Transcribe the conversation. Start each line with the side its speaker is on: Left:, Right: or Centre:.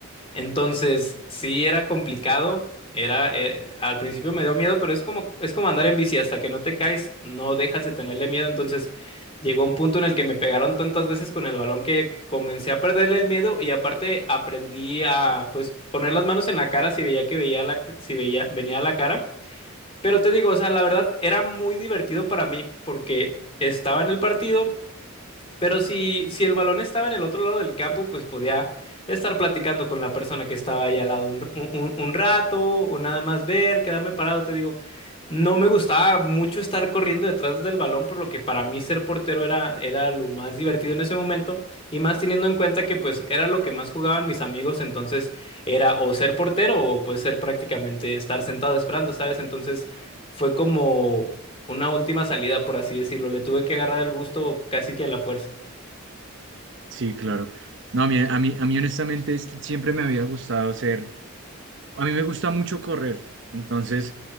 Left: entonces, sí era complicado, era eh, al principio me dio miedo, pero es como es como andar en bici hasta que no te caes, no dejas de tenerle miedo, entonces llegó un punto en el que me pegaron tantas veces con el balón que comencé a perderle el miedo y aparte aprendí a pues poner las manos en la cara si veía que veía la si veía venía la cara. Pero te digo, o sea, la verdad era muy divertido para mí porque estaba en el partido pero si, si el balón estaba en el otro lado del campo, pues podía estar platicando con la persona que estaba ahí al lado un, un- un rato o nada más ver, quedarme parado, te digo. No me gustaba mucho estar corriendo detrás del balón, por lo que para mí ser portero era, era lo más divertido en ese momento, y más teniendo en cuenta que pues era lo que más jugaban mis amigos, entonces era o ser portero o pues ser prácticamente estar sentado esperando, ¿sabes? Entonces fue como una última salida, por así decirlo. Le tuve que agarrar el gusto casi que a la fuerza.
Right: Sí, claro. No, a mí, a mí, a mí honestamente es- siempre me había gustado ser a mí me gusta mucho correr, entonces